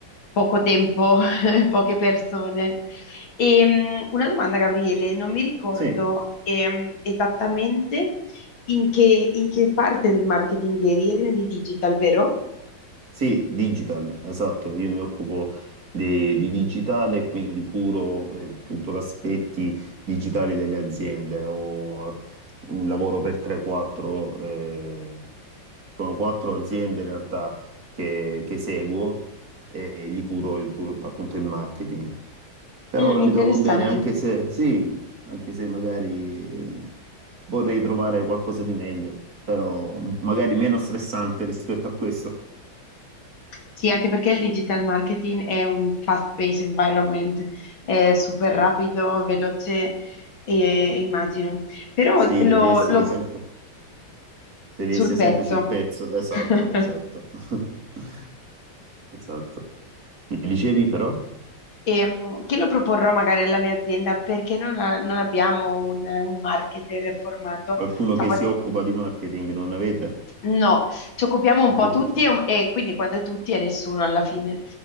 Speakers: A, on the left; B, on the right.
A: poco tempo, <laughs> poche persone. E, mh, una domanda, Gabriele, non mi ricordo
B: sì.
A: ehm, esattamente in che, in che parte del marketing eri, eri nel digital, vero?
B: Sì, digital, esatto, io mi occupo de- di, digitale e quindi curo eh, tutto l'aspetto digitale delle aziende. Ho- mh, lavoro per 3-4, eh, sono quattro aziende in realtà che, che seguo e gli curo il pur- appunto il marketing. Per
A: Mm,
B: ora mi
A: interessante.
B: trovo bene, anche se sì, anche se magari vorrei trovare qualcosa di meglio, però magari meno stressante rispetto a questo.
A: Sì, anche perché il digital marketing è un fast-paced environment, è super
B: Sì,
A: rapido, veloce, e- immagino. Però
B: sì,
A: lo,
B: devi essere
A: lo pro-
B: sempre, devi
A: sul
B: essere
A: pezzo.
B: sempre sul pezzo, esatto,
A: <laughs>
B: esatto, <laughs> esatto. Mi dicevi però,
A: Ehm, che lo proporrò magari alla mia azienda perché non, ha- non abbiamo un, un marketer formato.
B: qualcuno
A: Diciamo,
B: che si occupa di marketing non avete?
A: No, ci occupiamo un
B: Addirittura.
A: po' tutti e, e quindi quando è tutti è nessuno alla fine.